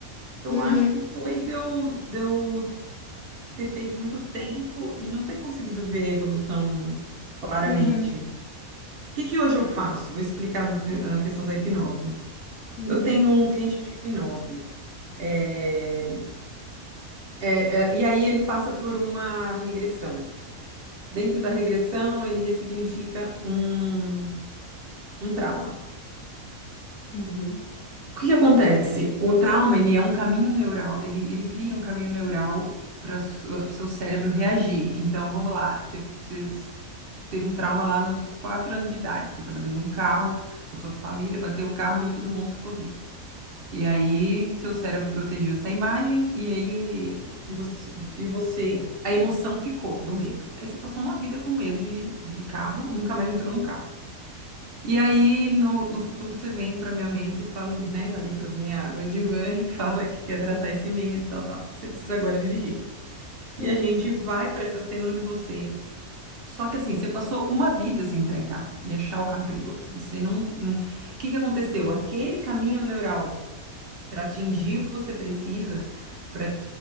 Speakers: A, on the right (about 50°); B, on the left (about 70°).
A: Eu
B: Uhum.
A: acho que foi de eu, de eu ter feito muito tempo e não ter conseguido ver a evolução claramente.
B: Uhum.
A: O que que hoje eu faço? Vou explicar do que- na questão da hipnose.
B: Uhum.
A: Eu tenho um cliente de hipnose. É, é, é, e aí ele passa por uma regressão. Dentro da regressão, ele ressignifica um, um trauma.
B: Uhum.
A: O que que acontece? O trauma, ele é um caminho neural, ele, ele cria um caminho neural para o seu cérebro reagir. Então, vamos lá, você, você teve um trauma lá nos quatro anos de idade, você estava dentro de um carro com a sua família, bateu o carro, morreu todo mundo, ficou vivo. E aí, seu cérebro protegeu essa imagem e ele... E você, e você, a emoção ficou do medo. Aí você passou uma vida com medo de, de carro, nunca mais entrou no carro. E aí, no, no futuro, você vem para minha mesa e fala, né, ali para minha, meu divã <laughs> e fala que quer tratar esse medo, tal, tal. Você precisa agora dirigir. E
B: Uhum.
A: a gente vai para essa cena onde você. Só que assim, você passou uma vida sem entrar em carro e achar o carro perigoso. Você não, não... O que que aconteceu? Aquele caminho neural para atingir o que você precisa, para